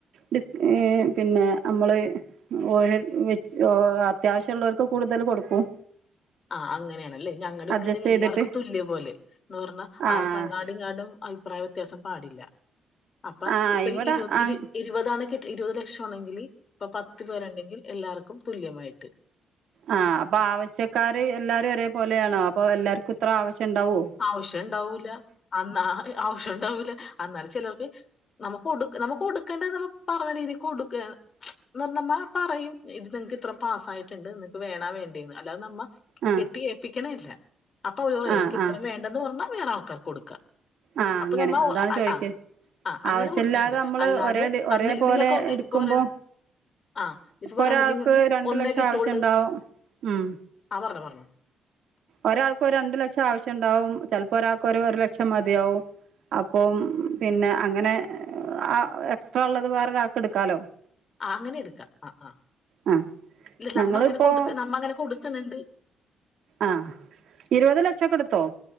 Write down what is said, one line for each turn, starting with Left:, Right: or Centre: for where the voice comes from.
Right: ഡിസ് ഏഹ് പിന്നെ നമ്മള് ഒഹെൽ വിച് ഓ അത്യാവശ്യള്ളോൽക്ക് കൂടുതൽ കൊടുക്കും.
Left: ആഹ് അങ്ങനെയാണല്ലേ. ഞങ്ങടിവിടെ
Right: അഡ്ജസ്റ്റ്
Left: ആണെങ്കി
Right: ചെയ്തിട്ട്
Left: എല്ലാർക്കും തുല്യ പോലെ. എന്ന് പറഞ്ഞാ
Right: ആഹ്
Left: ആർ ക്കങ്ങാടുംഇങ്ങാടും അഭിപ്രായ വ്യത്യാസം പാടില്ല. അപ്പൊ
Right: ആഹ്
Left: ഇപ്പൊ
Right: ഇവിടെ
Left: ഇരുപത്
Right: ആഹ്
Left: ഇര് ഇരു പതാണ് കിട്ടി ഇരുപത് ലക്ഷമാണെങ്കില് ഇപ്പ പത്ത് പേരുണ്ടെങ്കിൽ എല്ലാർക്കും തുല്യമായിട്ട്.
Right: ആഹ് അപ്പാവശ്യക്കാര് എല്ലാരും ഒരേപോലെയാണോ, അപ്പൊ എല്ലാർക്കും ഇത്ര ആവശ്യം ഇണ്ടാവോ?
Left: ആവശ്യണ്ടാവൂല അന്നാ ആവശ്യ ണ്ടാവൂല. അന്നാലും ചെലർക്ക് നമുക്ക് കൊടു നമുക്ക് കൊടുക്കേണ്ടത് നമ്മ പറഞ്ഞ രീതിക്ക് കൊടുക്കേ ഇന്നർ നമ്മ പറയും ഇത് നിങ്ങക്ക് ഇത്ര പാസ്സായിട്ട്ണ്ട്. നിങ്ങക്ക് വേണാ വേണ്ടേന്ന് അല്ലാതെ നമ്മ
Right: ആ
Left: കെട്ടി ഏപ്പിക്കണില്ല അപ്പൊ അവര് പറയാ
Right: ആ
Left: ഞങ്ങക്കിത്രയും
Right: ആ
Left: വേണ്ടെന്ന് പറഞ്ഞാ വേറെ ആൾക്കാർക്ക് കൊടുക്കാ.
Right: ആ
Left: അപ്പൊ
Right: അങ്ങനെ
Left: നമ്മ ഒ
Right: അതാണ്
Left: അഹ്
Right: ചോദിക്കുന്നത്
Left: ആഹ് ആഹ് അങ്ങനെ
Right: ആവശ്യമില്ലാതെ
Left: കൊടുക്ണ് ണ്ട്.
Right: നമ്മൾ
Left: അല്ലാതെ
Right: ഒരേ ഡി-
Left: അഹ്
Right: ഒരേപോലെ
Left: നിങ്ങക്ക് ഒ
Right: എടുക്കുമ്പോൾ
Left: ഇപ്പ പറയാ ആഹ് ഇപ്പ
Right: ഇപ്പോൾ
Left: പറയണ്ട്
Right: ഒരാൾക്ക്
Left: നിങ്ങക്ക്
Right: രണ്ട്
Left: ഒന്നേ
Right: ലക്ഷം
Left: കിട്ടൊള്ള്,
Right: ആവശ്യം ഉണ്ടാവും ഉം
Left: ആഹ് പറഞ്ഞോ പറഞ്ഞോ.
Right: ഒരാൾക്ക് ഒരു രണ്ടു ലക്ഷം ആവശ്യണ്ടാവും ചെലപ്പോ ഒരാൾക്ക് ഒരു ഒരു ലക്ഷം മതിയാവും. അപ്പൊം പിന്നെ അങ്ങനെ ആ എക്സ്ട്രാള്ളത് വേറൊരാൾക്ക് ഇട്ക്കാലോ.
Left: ആഹ് അങ്ങനെ എടുക്കാം. ആഹ് അഹ്.
Right: ആ
Left: ഇല്ല
Right: ഞങ്ങളിപ്പോൾ
Left: നമ്മ അങ്ങനെ കൊടുക്ക നമ്മ അങ്ങനെ കൊടുക്കണണ്ട്.
Right: ആഹ് ഇരുപത് ലക്ഷൊക്കെട്ത്തോ?